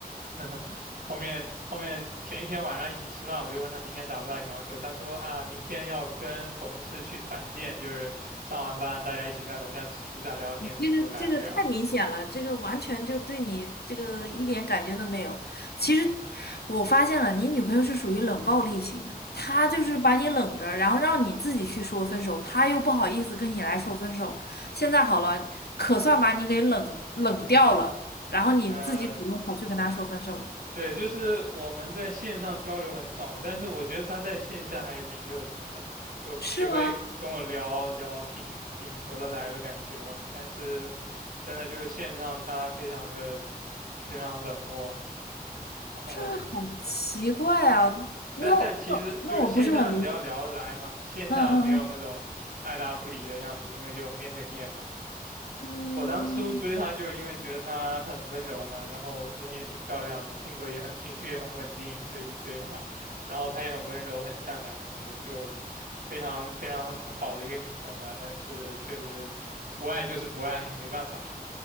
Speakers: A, on the right; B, on the left.
A: <laughs> 后面后面前一天晚上一起吃饭，我就问他明天打不打羽毛球，他说啊，明天要跟同事去团建，就是上完班大家一起在楼下吃披萨聊天什么，
B: 这个这个太明显了，
A: 就来不了。
B: 这个完全就对你这个一点感觉都没有。其实我发现了，你女朋友是属于冷暴力型的，她就是把你冷着，然后让你自己去说分手，她又不好意思跟你来说分手。现在好了，可算把你给冷冷掉了，然后你自己主动跑去跟她说分手了，
A: 嗯。对，就是我们在线上交流很少嘛，但是我觉得他在线下还是挺热情的，就也会跟我聊聊挺挺合得来的感觉吧。
B: 是吗？
A: 但是真的就是线上他非常的非常冷漠，然后
B: 这很奇怪啊！那我那我那我不是很理解。
A: 但但其实就是线下比较聊得来嘛，线下没有那种爱答不理的样子，
B: 嗯嗯
A: 因为就面对面嘛。
B: 嗯。
A: 我当初追她就是因为觉得她很温柔嘛，
B: 嗯，
A: 然后人也挺漂亮的，性格也很，情绪也很稳定，所以去追她。然后她也很温柔、很善良什么的，就非常非常好的一个女生吧。但是确实不爱就是不爱，没办法。